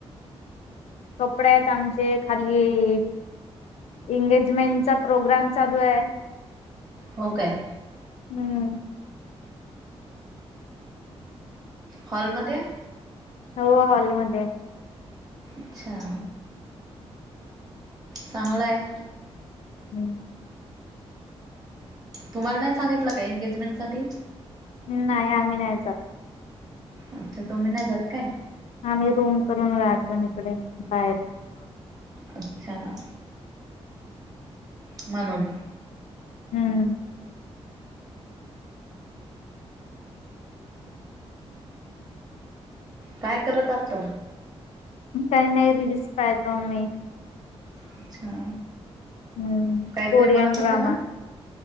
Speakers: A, on the left; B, on the right.
A: कपडे आहेत आमचे खाली एंगेजमेंटचा प्रोग्राम चालू आहे.
B: हो काय?
A: हम्म.
B: हॉलमध्ये?
A: हो हॉलमध्ये आहे.
B: अच्छा. चांगलं हाय.
A: हम्म.
B: तुम्हाला नाही सांगितलं का एंगेजमेंटसाठी
A: नाही आम्ही नाही जात.
B: अच्छा तुम्ही नाही जात काय?
A: आाम्ही रूम करून राहतो इकडे बाहेर,
B: अच्छा! म्हनून.
A: हम्म हम्म
B: काय करत आहात.
A: काही नाही रिजिस पाहतो नाही.
B: अच्छा!
A: हा
B: काहीतरी
A: कोरियन
B: म्हणत होते
A: ड्रामा.
B: ना